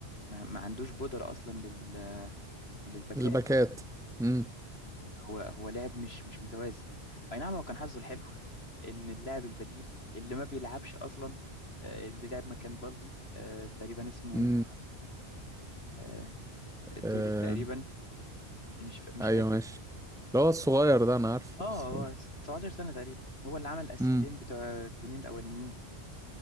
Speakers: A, on the left; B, in the centre.
A: ما, ما عندوش بودرة أصلا لل... للباكات
B: الباكات امم
A: هو هو لاعب مش مش متوازن أي نعم هو كان حظه الحلو <laughs> إن اللاعب البديل اللي ما بيلعبش أصلا آه، اللي لعب مكان بالدي آه، تقريبا اسمه
B: امم
A: آه،
B: آه.
A: توري تقريبا مش فا- مش
B: ايوه
A: فاكر
B: ماشي اللي هو الصغير ده انا عارفه
A: اه
B: بس
A: هو 17 سنة تقريبا هو اللي عمل الأسيستين
B: امم
A: بتوع الجونين الأولانيين